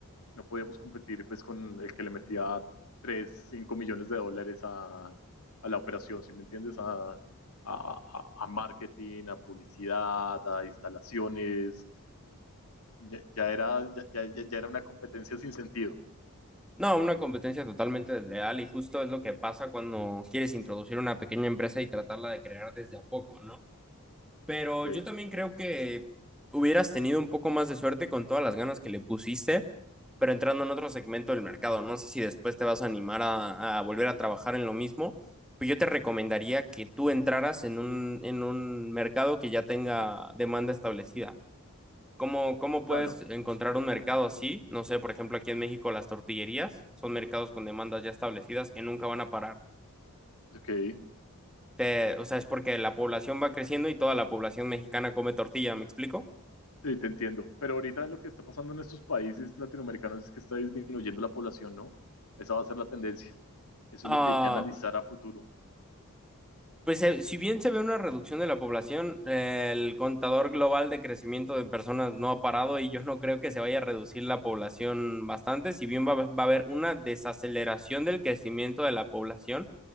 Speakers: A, on the left; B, in the centre.
A: no podíamos competir pues con el que le metía 3 5 millones de dólares a, a la operación, ¿sí me entiendes? A, a, a marketing, a publicidad, a instalaciones. Ya, ya era, ya, ya, ya era una competencia sin sentido.
B: No, una competencia totalmente desleal y justo es lo que pasa cuando quieres introducir una pequeña empresa y tratarla de crear desde a poco, ¿no? Pero
A: Sí,
B: yo también creo que hubieras tenido un poco más de suerte con todas las ganas que le pusiste, pero entrando en otro segmento del mercado. No sé si después te vas a animar a, a volver a trabajar en lo mismo, pero yo te recomendaría que tú entraras en un, en un mercado que ya tenga demanda establecida. ¿Cómo, cómo
A: claro,
B: puedes encontrar un mercado así? No sé, por ejemplo, aquí en México las tortillerías son mercados con demandas ya establecidas que nunca van a parar.
A: ok.
B: Te- o sea, es porque la población va creciendo y toda la población mexicana come tortilla, ¿me explico?
A: Sí, te entiendo. Pero ahorita lo que está pasando en estos países latinoamericanos es que está disminuyendo la población, ¿no? Esa va a ser la tendencia. Eso
B: Ah,
A: es lo que hay que analizar a futuro.
B: Pues eh, si bien se ve una reducción de la población, eh, el contador global de crecimiento de personas no ha parado y yo no creo que se vaya a reducir la población bastante, si bien va, a haber- va a haber una desaceleración del crecimiento de la población,